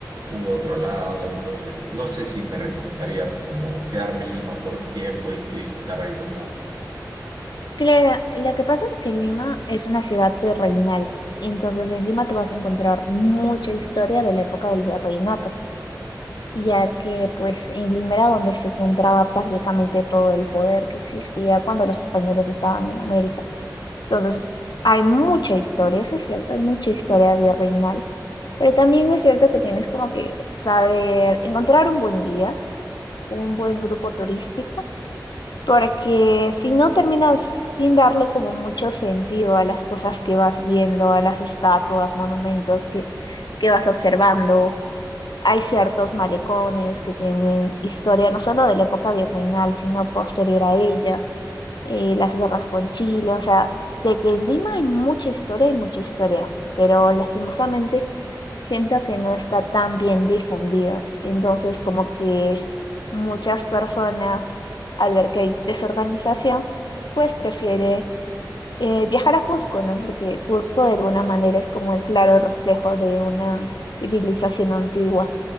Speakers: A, on the right; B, on the left.
A: u otro lado. Entonces, no sé si me recomendarías como quedarme en Lima por un tiempo y si visitar algún lado.
B: Claro, lo que pasa es que Lima es una ciudad virreinal, y entonces en Lima tú vas a encontrar mucha historia de la época del virreinato, ya que pues en Lima era donde se centraba prácticamente todo el poder que existía cuando los españoles estaban en América. Entonces hay mucha historia, eso es cierto, hay mucha historia virreinal, pero también es cierto que tienes como que saber encontrar un buen guía, un buen grupo turístico Porque si no terminas sin darle como mucho sentido a las cosas que vas viendo, a las estatuas, monumentos que, que vas observando. Hay ciertos malecones que tienen historia no solo de la época virreinal, sino posterior a ella eh, las guerras con Chile, o sea, de que en Lima hay mucha historia, hay mucha historia, pero lastimosamente siento que no está tan bien difundida. Entonces, como que muchas personas, al ver que hay desorganización, pues prefieren eh, viajar a Cusco, ¿no? Porque Cusco de alguna manera es como el claro reflejo de una civilización antigua.